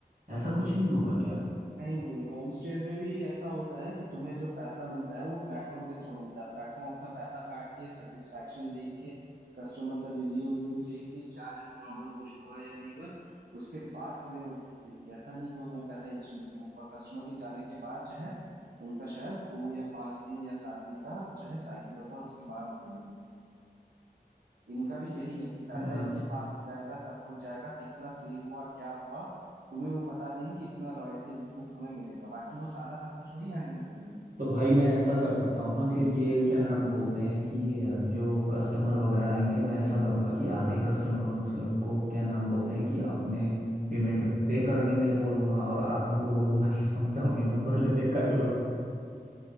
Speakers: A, on the right; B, on the right.
A: ऐसा कुछ नहीं होगा क्या
B: नहीं नहीं होम स्टेज में भी ऐसा होता है कि तुम्हें जो पैसा मिलता है वो प्लेटफॉर्म के थ्रू मिलता है प्लेटफॉर्म अपना पैसा काट के सेटिस्फेक्शन देख के कस्टमर का रिव्यू रिव्यू देख के क्या है प्रॉब्लम कुछ हुआ या नहीं हुआ उसके बाद तुम्हें वो देती है ऐसा नहीं है कि वो तुम्हें पैसा इंस्टेंट देती है वो पर कस्टमर के जाने के बाद जो है उनका शायद दो या पांच दिन या सात दिन का जो है साइकिल होता है उसके बाद वो पेमेंट इनका भी यही है कि पैसा
A: अच्छा
B: इनके पास जाएगा सब कुछ जाएगा कितना सेल हुआ क्या हुआ तुम्हें वो बता देंगे कि इतना रॉयल्टी बिजनेस तुम्हें मिलेगा बाकी वो सारा सब कुछ वही हैंडल करेंगे
A: तो भाई मैं ऐसा कर सकता हूँ ना फिर ये क्या नाम बोलते हैं कि अ, जो कस्टमर वगैरह आएंगे मैं ऐसा करूँगा कि आधे कस्टमरों को क्या नाम बोलते हैं कि अपने पेमेंट पे करने के लिए बोलूँगा और आधों को बोलूँगा कि तुम डोमिनोज वाले पे कर लो